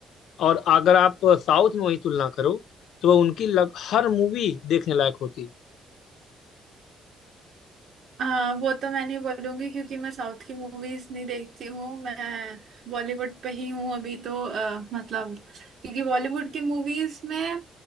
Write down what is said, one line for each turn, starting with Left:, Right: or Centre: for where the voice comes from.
Left: और अगर आप साउथ में वही तुलना करो तो उनकी लग, हर मूवी देखने लायक होती
Right: अ, वो तो मैं नहीं बोलूंगी क्योंकि मैं साउथ की मूवीज नहीं देखती हूँ मैं बॉलीवुड पे ही हूँ अभी तो अ, मतलब क्योंकि बॉलीवुड की मूवीज में